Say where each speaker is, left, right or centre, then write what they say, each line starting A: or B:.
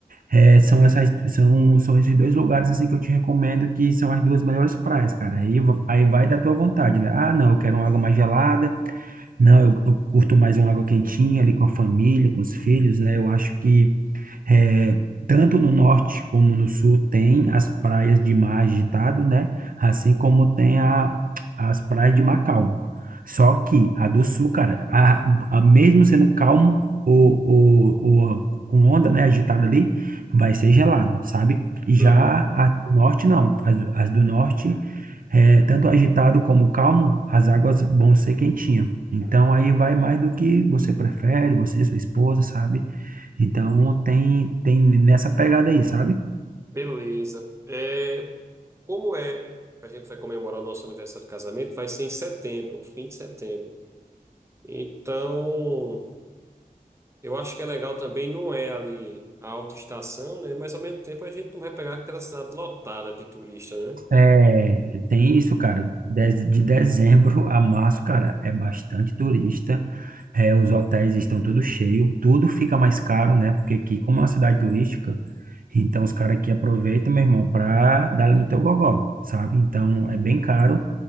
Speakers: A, on the right; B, on the right.
A: é, são essas, são, são esses dois lugares assim que eu te recomendo que são as duas melhores praias, cara. Aí, va- aí vai da tua vontade, né? Ah, não, eu quero uma água mais gelada. Não, eu, eu curto mais uma água quentinha ali com a família, com os filhos, né? Eu acho que é, tanto no norte como no sul tem as praias de mar agitado, né? Assim como tem a, as praias de mar calmo. Só que a do sul, cara, a, a mesmo sendo calmo ou, ou, ou com onda, né, agitada ali, vai ser gelado, sabe? Já
B: Hum,
A: a do norte, não. As, as do norte, é, tanto agitado como calmo, as águas vão ser quentinhas. Então, aí vai mais do que você prefere, você, sua esposa, sabe? Então, tem, tem nessa pegada aí, sabe?
B: beleza. É, como é? A gente vai comemorar o nosso aniversário de casamento, vai ser em setembro, fim de setembro. Então, eu acho que é legal também, não é ali a alta estação, né? Mas ao mesmo tempo a gente não vai pegar aquela cidade lotada de turista, né?
A: É, tem isso, cara. Dez- De dezembro a março, cara, é bastante turista. É, os hotéis estão tudo cheio, tudo fica mais caro, né? Porque aqui, como é uma cidade turística, então os caras aqui aproveitam, meu irmão, pra dar no teu gogó, sabe? Então é bem caro.